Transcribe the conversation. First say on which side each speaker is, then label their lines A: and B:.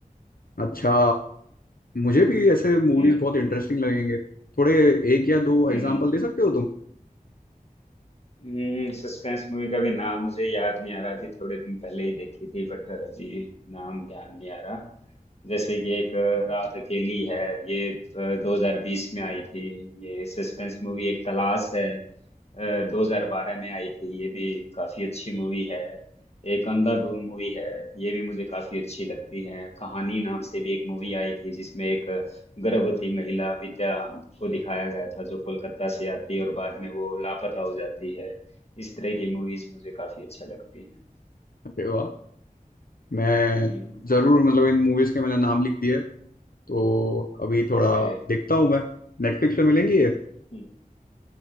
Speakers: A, on the left; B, on the left.
A: अच्छा मुझे भी ऐसे मूवीज
B: हम्म,
A: बहुत इंटरेस्टिंग लगेंगे थोड़े एक या दो
B: हम्म।
A: एग्जांपल दे सकते हो तुम
B: हम्म सस्पेंस मूवी का भी नाम मुझे याद नहीं आ रहा अभी थोड़े दिन पहले ही देखी थी बट अभी नाम ध्यान नहीं आ रहा जैसे कि एक अ, रात अकेली है ये अ, 2020 में आई थी ये सस्पेंस मूवी एक तलाश है अ, 2012 में आई थी ये भी काफी अच्छी मूवी है एक अंधाधुन मूवी है ये भी मुझे काफी अच्छी लगती है कहानी नाम से भी एक मूवी आई थी जिसमें एक गर्भवती महिला विद्या को दिखाया गया था जो कोलकाता से आती है और बाद में वो लापता हो जाती है इस तरह की मूवीज मुझे काफी अच्छा लगती है
A: अरे वाह मैं
B: हम्म
A: जरूर मतलब इन मूवीज के मैंने नाम लिख दिए तो अभी थोड़ा
B: ओके
A: देखता हूँ मैं नेटफ्लिक्स पे मिलेंगी ये
B: हम्म,